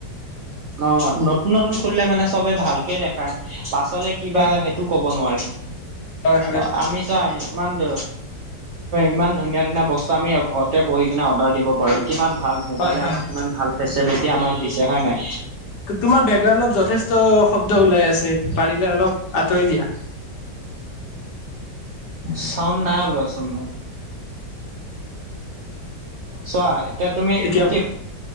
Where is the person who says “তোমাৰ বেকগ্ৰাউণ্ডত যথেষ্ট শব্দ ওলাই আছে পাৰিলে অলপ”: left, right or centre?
Left